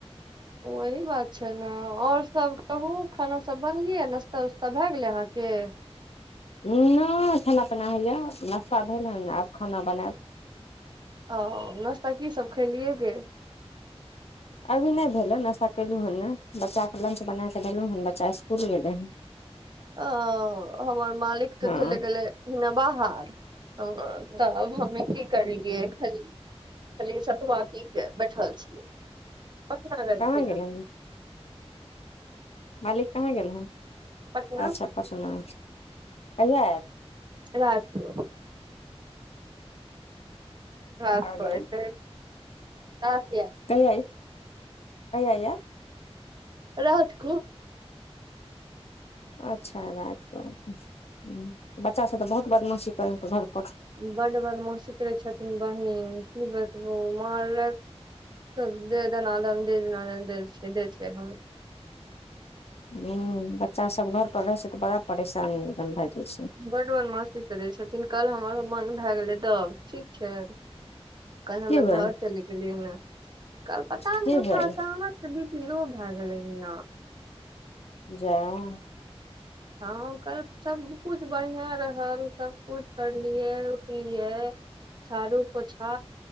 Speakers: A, on the right; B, on the left.
A: वही बात छै ने और सब कहू खाना सब बनगेल नास्ता उस्ता भए गेले अहाँके के
B: हँ नहि खाना पीना हैया नाश्ता भेल हन आब खाना बनाब
A: ओ नाश्ता की सब खेलियै गे
B: अभी नहि भेल हन आशा कलहु हन ने बच्चाे लंच बना क देलहुँ हन बच्चा ईसकुल गेलै हन
A: ओ हमर मालिक तऽ
B: हँ
A: चलि गेलै न बाहर तऽ अब हमे की करलियै खाली खाली सतुआ पि कऽ बैठल छीऐ पटना गेल
B: कहाँ
A: छै
B: गेलै
A: ने
B: हन मालिक कहाँ गेल हन
A: पटना
B: अच्छा पटना छै कहिया आयत
A: रात क काज
B: की कहलियै
A: करै छै काज
B: कैय कहिया आयत
A: रात क
B: अच्छा राातिकऽति बच्चासभ तऽ बहुत बदमाशी करै हेतो घरपर
A: बड्ड मासी करै छथिन बहिन की बतबू माँ लऽ सब देदनाद दे द दै छै हम
B: हूँ बच्चा सब घर पर रहे छै तऽ बड़ा परेशानी भए जाइ छै
A: बड्ड बदमाासी करै छथिन कल हमर मन भए गेलै दब ठीक छै कल हमे
B: की
A: घर
B: भेल
A: चले गेलि ह कल पता
B: की
A: न हमर
B: भेल
A: अचानक से बि पी लोह भए गेलै हन
B: जा अ
A: हँ कल सभकिछु बढ़िआँ रहल सभकिछु करलियै उठलियै झारू पोछा